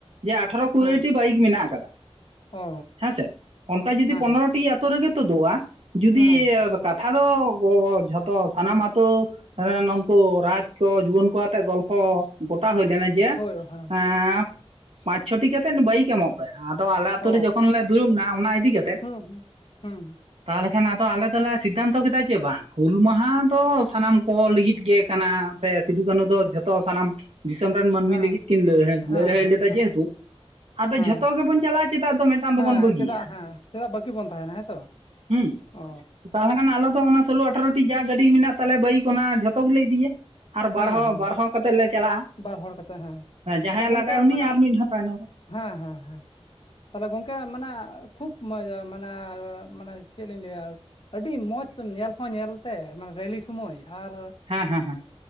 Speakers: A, on the right; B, on the left.
A: ᱡᱮ ᱟᱴᱷᱟᱨᱚ ᱠᱩᱲᱤ
B: ᱦᱮᱸ
A: ᱴᱤ ᱵᱟᱭᱤᱠ ᱢᱮᱱᱟᱜ ᱟᱠᱟᱫᱟ
B: ᱚ
A: ᱦᱮᱸᱥᱮ᱾ ᱚᱱᱠᱟ ᱡᱩᱫᱤ
B: ᱦᱮᱸ
A: ᱯᱚᱱᱨᱚ ᱴᱤ ᱟᱹᱛᱳ ᱨᱮᱜᱮ ᱛᱩᱫᱩᱜ-ᱟ ᱡᱩᱫᱤ
B: ᱦᱮᱸ
A: ᱠᱟᱛᱷᱟ ᱫᱚ ᱜᱚᱜᱚ ᱡᱷᱚᱛᱚ ᱥᱟᱱᱟᱢ ᱟᱛᱳ ᱮᱸ, ᱱᱩᱝᱠᱩ ᱨᱟᱡᱽ ᱠᱚ, ᱡᱩᱣᱟᱹᱱ ᱠᱚ ᱟᱛᱮᱫ ᱜᱚᱞᱯᱷᱚ ᱜᱚᱴᱟ ᱦᱩᱭ ᱞᱮᱱᱟ᱾ ᱡᱮ
B: ᱦᱳᱭ ᱦᱮᱸ
A: ᱮᱸᱻ ᱯᱟᱸᱪ ᱪᱷᱚᱴᱤ ᱠᱟᱛᱮᱫ ᱵᱟᱭᱤᱠ ᱮᱢᱚᱜ ᱯᱮ᱾ ᱟᱫᱚ ᱟᱞᱮ ᱟᱛᱩ
B: ᱚ
A: ᱨᱮ ᱡᱚᱠᱷᱚᱱ ᱞᱮ ᱫᱩᱲᱩᱵ ᱮᱱᱟ ᱚᱱᱟ ᱤᱫᱤ ᱠᱟᱛᱮᱫ᱾
B: ᱦᱩᱸ ᱦᱩᱸ ᱦᱩᱸ᱾
A: ᱛᱟᱦᱞᱮ ᱠᱷᱟᱱ ᱟᱫᱚ ᱟᱞᱮ ᱫᱚᱞᱮ ᱥᱤᱫᱽᱫᱷᱟᱱᱛᱚ ᱠᱮᱫᱟ ᱡᱮ ᱵᱟᱝ ᱦᱩᱞ ᱢᱟᱦᱟ ᱫᱚ ᱥᱟᱱᱟᱢ ᱠᱚ ᱞᱟᱹᱜᱤᱫ ᱜᱮ᱾ ᱠᱟᱱᱟ ᱥᱮ ᱥᱤᱫᱩ ᱠᱟᱹᱱᱩ ᱫᱚ ᱡᱷᱚᱛᱚ ᱥᱟᱱᱟᱢ ᱫᱤᱥᱚᱢ ᱨᱮᱱ ᱢᱟᱹᱱᱢᱤ
B: ᱦᱮᱸ
A: ᱞᱟᱹᱜᱤᱫ ᱠᱤᱱ ᱞᱟᱹᱲᱦᱟ.,
B: ᱦᱮᱸ
A: ᱞᱟᱹᱲᱦᱟ.
B: ᱦᱮᱸ
A: ᱭ ᱞᱮᱫᱟ ᱡᱮᱦᱮᱛᱩ᱾ ᱟᱫᱚ
B: ᱦᱮᱸ
A: ᱡᱷᱚᱛᱚ ᱜᱮᱵᱚᱱ ᱪᱟᱞᱟᱜ-ᱟ᱾ ᱪᱮᱫᱟᱜ ᱫᱚ ᱢᱤᱫᱴᱟᱝ ᱫᱚᱵᱚᱱ
B: ᱦᱮᱸ
A: ᱵᱟᱹᱜᱤᱭᱜ-ᱟ?
B: ᱪᱮᱫᱟᱜ ᱦᱮᱸ ᱪᱮᱫᱟᱜ ᱵᱟᱹᱠᱤ ᱵᱚᱱ ᱛᱟᱸᱦᱮᱱᱟ ᱦᱮᱸ ᱥᱮ ᱵᱟᱝ?
A: ᱦᱩᱸ᱾
B: ᱚ
A: ᱛᱟᱦᱞᱮ ᱠᱷᱟᱱ ᱟᱞᱮ ᱫᱚ ᱚᱱᱟ ᱥᱳᱞᱳ ᱟᱴᱷᱟᱨᱚᱴᱤ ᱡᱟ ᱜᱟᱹᱰᱤ ᱢᱮᱱᱟᱜ ᱛᱟᱞᱮ ᱵᱟᱹᱭᱤᱠ ᱚᱱᱟ ᱡᱷᱚᱛᱚ ᱜᱮᱞᱮ ᱤᱫᱤᱭᱟ᱾ ᱟᱨ
B: ᱦᱮᱸ
A: ᱵᱟᱨ ᱦᱚᱲ
B: ᱦᱮᱸ
A: ᱵᱟᱨ ᱦᱚᱲ ᱠᱟᱛᱮ ᱞᱮ ᱪᱟᱞᱟᱜᱼᱟ᱾
B: ᱵᱟᱨ ᱦᱚᱲ ᱠᱟᱛᱮ ᱦᱮᱸ
A: ᱡᱟᱦᱟᱸᱭ
B: ᱛᱟᱦᱚᱞᱮ ᱜᱚᱝᱠᱮ
A: ᱞᱟᱜᱟᱭᱟ ᱩᱱᱤ
B: ᱢᱟᱱᱮ
A: ᱟᱨ ᱢᱤᱫ ᱦᱚᱲ ᱛᱟᱭᱱᱚᱢ ᱨᱮ᱾
B: ᱦᱮᱸ ᱦᱮᱸ ᱦᱮᱸ᱾ ᱛᱟᱦᱞᱮ ᱜᱚᱝᱠᱮ ᱢᱟᱱᱮ ᱠᱷᱩᱵ ᱢᱚᱡᱟ ᱢᱟᱱᱮ ᱢᱟᱱᱮ ᱪᱮᱫ ᱞᱤᱧ ᱞᱟᱹᱭᱟ᱾ ᱟᱹᱰᱤ ᱢᱚᱸᱡᱽ ᱧᱮᱞ ᱦᱚᱸ ᱧᱮᱞᱛᱮ ᱢᱟᱱᱮ ᱨᱮᱞᱤ ᱥᱚᱢᱚᱭ ᱟᱨ
A: ᱦᱮᱸ ᱦᱮᱸ ᱦᱮᱸ᱾